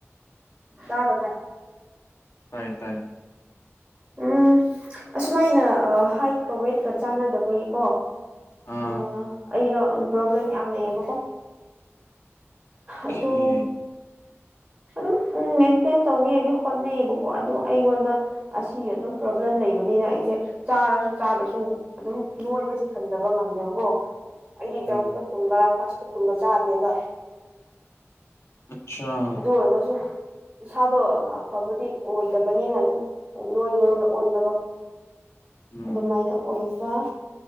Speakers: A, on the right (about 15°); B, on the left (about 65°).
A: ꯇꯥꯕꯗ꯭ꯔꯥ
B: ꯇꯥꯏ ꯇꯥꯏ
A: ꯎꯝ ꯑꯁꯨꯃꯥꯏꯅ ꯑ ꯍꯥꯏꯠꯀ ꯋꯦꯠꯀ ꯆꯥꯟꯅꯗꯕꯒꯤꯀꯣ
B: ꯑꯥ
A: ꯑ ꯑꯩꯗꯣ ꯑꯝ ꯄ꯭ꯔꯣꯕ꯭ꯂꯦꯝ ꯌꯥꯝ ꯂꯩꯌꯦꯕꯀꯣ
B: ꯑꯣꯀꯦ
A: ꯑꯗꯨ ꯑꯗꯨꯝ ꯎꯝ ꯃꯦꯟꯇꯦꯟ ꯇꯧꯅꯤ ꯍꯥꯏꯗꯤ ꯍꯣꯠꯅꯩꯕꯀꯣ ꯑꯗꯨ ꯑꯩꯉꯣꯟꯗ ꯑꯁꯤꯒꯤ ꯑꯗꯨꯝ ꯄ꯭ꯔꯣꯕ꯭ꯂꯦꯝ ꯂꯩꯕꯅꯤꯅ ꯑꯩꯁꯦ ꯆꯥꯔꯁꯨ ꯆꯥꯗ꯭ꯔꯁꯨ ꯑꯗꯨꯝ ꯅꯣꯏꯕꯁꯦ ꯍꯟꯗꯕ ꯉꯝꯗꯦꯕꯀꯣ ꯑꯩꯗꯤ
B: ꯎꯝ
A: ꯖꯪꯛ ꯐꯨꯗꯀꯨꯝꯕ ꯐꯥꯁ ꯐꯨꯗꯀꯨꯝꯕ ꯆꯥꯗꯦꯕ
B: ꯑꯠꯁꯥ
A: ꯑꯗꯨ ꯑꯣꯏꯔꯒꯁꯨ ꯏꯁꯥꯗꯣ ꯑꯐꯕꯗꯤ ꯑꯣꯏꯗꯕꯅꯤꯅ ꯑꯗꯨꯝ ꯅꯣꯏꯕꯔꯣꯝꯗ ꯑꯣꯟꯕꯗꯣ
B: ꯎꯝ
A: ꯑꯗꯨꯃꯥꯏꯅ ꯑꯣꯏꯕ